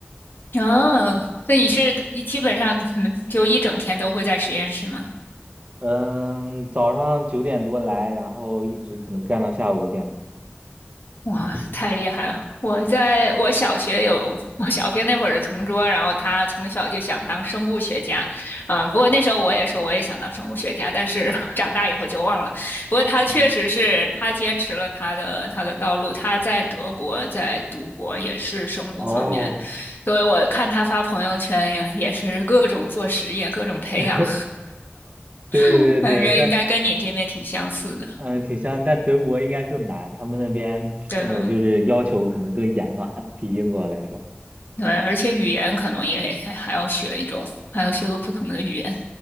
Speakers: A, on the left; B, on the right.
A: 哦，那你是一基本上嗯就一整天都会在实验室吗？
B: 嗯，早上九点多来，然后一直可能干到下午五点的。
A: 哇，太厉害了！我在我小学有我小学那会儿的同桌，然后他从小就想当生物学家，嗯，不过那时候我也说我也想当生物学家，但是 <laughs> 长大以后就忘了。不过他确实是他坚持了他的他的道路，
B: 嗯，
A: 他在德国在读博也是生物方面，
B: 哦，
A: 所以我看他发朋友圈也也是各种做实验，各种培养，
B: <laughs> 对对对，
A: <laughs> 感觉应该跟你这边挺相似的。
B: 但嗯、呃挺像，但德国应该更难，他们那边呃就是要求可能更严吧，
A: 对，
B: <laughs> 比英国来说。
A: 对，而且语言可能也还还要学一种，还要学个不同的语言。